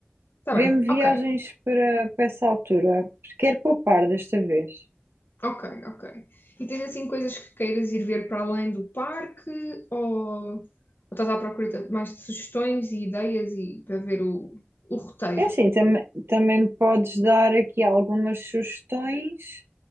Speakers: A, on the left; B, on the right.
A: Está
B: Vê-me
A: bem,
B: viagens
A: ok,
B: para, para essa altura. porque Quero poupar desta vez.
A: ok, ok. E tens assim coisas que queiras ir ver para além do parque ou, ou estás à procura de mais de sugestões e ideias e para ver o, o roteiro?
B: É assim, também, também me podes dar aqui algumas sugestões.